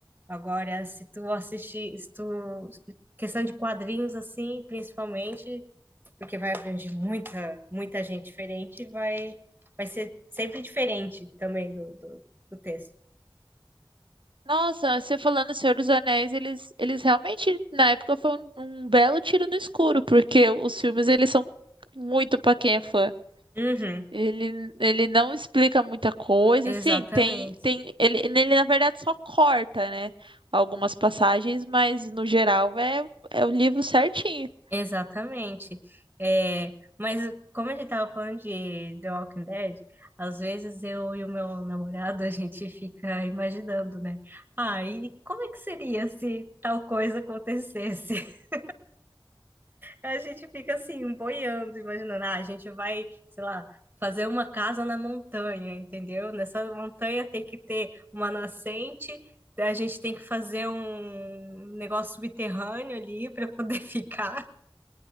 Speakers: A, on the right; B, on the right.
A: Agora, se tu assistir, se tu, questão de quadrinhos assim, principalmente, porque vai abranger muita, muita gente diferente, vai, vai ser sempre diferente também do, do, do texto.
B: Nossa, você falando Senhor dos Anéis, eles, eles realmente, na época, foi um, um belo tiro no escuro, porque os filmes, eles são muito pra quem é fã.
A: Uhum,
B: Ele, ele não explica muita coisa,
A: exatamente.
B: assim, tem, tem, ele, ele na verdade só corta, né, algumas passagens, mas no geral é, é o livro certinho.
A: Exatamente. É, mas como a gente tava falando de The Walking Dead, às vezes eu e o meu namorado <laughs> a gente fica imaginando, né? Ah, e como é que seria se tal coisa acontecesse? <laughs> A gente fica assim, boiando, imaginando, ah, a gente vai, sei lá, fazer uma casa na montanha, entendeu? Nessa montanha tem que ter uma nascente. A gente tem que fazer um negócio subterrâneo ali para poder <laughs> ficar.